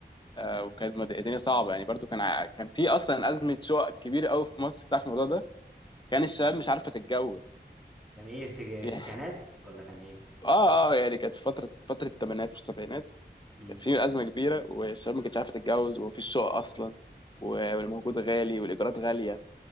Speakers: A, on the left; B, in the centre.
A: آه، وكانت مد- الدنيا صعبه يعني برضو كان ع- كان في اصلا ازمه شقق كبيره قوي في مصر بتاعت الموضوع ده كان الشباب مش عارفه تتجوز
B: كان ايه في
A: يعني
B: التسعينات
A: <laughs>
B: ولا كان ايه
A: اه اه يعني كانت في فتره فتره الثمانينات والسبعينات
B: امم
A: كانت في ازمه كبيره والشباب ما كانتش عارفه تتجوز ومفيش شقق اصلا والموجود غالي والايجارات غاليه